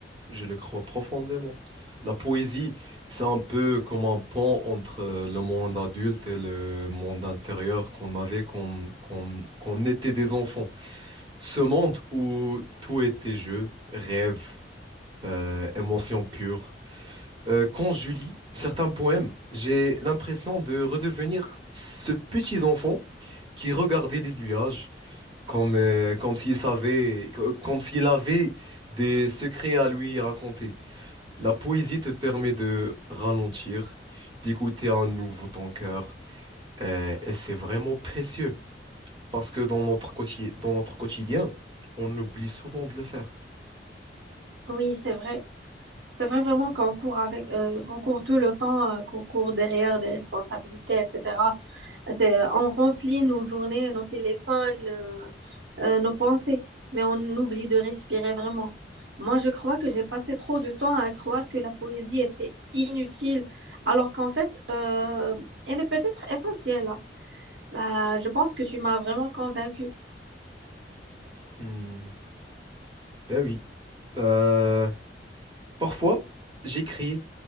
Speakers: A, on the right; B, on the right.
A: je le crois profondément. La poésie, c'est un peu comme un pont entre euh, le monde adulte et le monde intérieur qu'on avait quand, quand, quand on était des enfants. Ce monde où tout était jeu, rêve. euh, émotion pure. Euh, quand je lis certains poèmes, j'ai l'impression de redevenir ce petit enfant qui regardait les nuages comme, euh, comme s'il savait, co- comme s'il avait des secrets à lui raconter. La poésie te permet de ralentir, d'écouter à nouveau ton cœur, euh, et c'est vraiment précieux parce que dans notre quotidien, dans notre quotidien, on oublie souvent de le faire.
B: Oui, c'est vrai. C'est vrai vraiment qu'on court avec, euh, qu'on court tout le temps, euh, qu'on court derrière des responsabilités, etc. C'est, on remplit nos journées, nos téléphones, euh, euh, nos pensées, mais on oublie de respirer vraiment. Moi, je crois que j'ai passé trop de temps à croire que la poésie était inutile, alors qu'en fait, euh, elle est peut-être essentielle. hein. Bah, je pense que tu m'as vraiment convaincue.
A: Hmm, Ben oui. Euh, Parfois, j'écris,